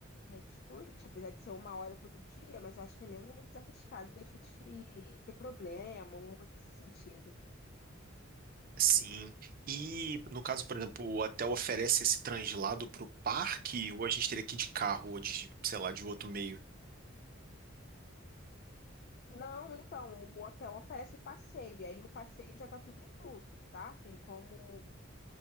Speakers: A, on the left; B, on the right.
A: Red Sprint, apesar de ser uma hora todo dia, mas eu acho que é menos arriscado da gente ter problema, alguma coisa nesse sentido.
B: Sim. E no caso, por exemplo, o hotel oferece esse translado para o parque, ou a gente teria que ir de carro ou de, sei lá, de outro meio?
A: Não, então, o hotel oferece o passeio, e aí o passeio já está tudo incluso, tá? Tem como